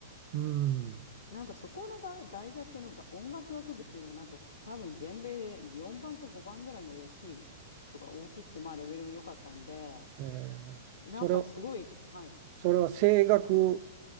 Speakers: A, on the right (about 45°); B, on the left (about 80°).
A: うん。
B: なんかそこのが大学のが音楽学部っていうのがなんか多分全米で4番か5番ぐらいの大きいとか大きくて、まあレベルも良かったんで、
A: ええ、
B: なんかすごい、
A: それを、
B: はい。
A: それは声楽